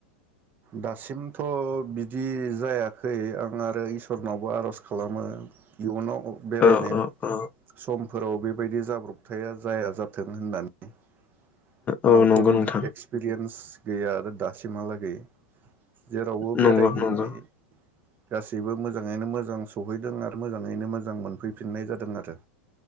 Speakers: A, on the right; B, on the left.
A: दासिमथ बिदि जायाखै आं आरो इसोरनावबो आरज खालामो इयुनाव बेरायनाय
B: औ औ औ
A: समफोराव बे बेबायदि जाब्रबथाया जाया जाथों होननानै। आंनावथ
B: औ नंगौ
A: बिदि
B: नोंथां
A: एक्सपिरियेन्स गैया आरो दासिमहालागै। जेरावबो
B: नंगौ
A: बेरायहैनाय
B: नंगौ
A: गासैबो मोजाङैनो मोजां सहैदों आरो मोजाङैनो मोजां मोनफैफिननाय जादों आरो।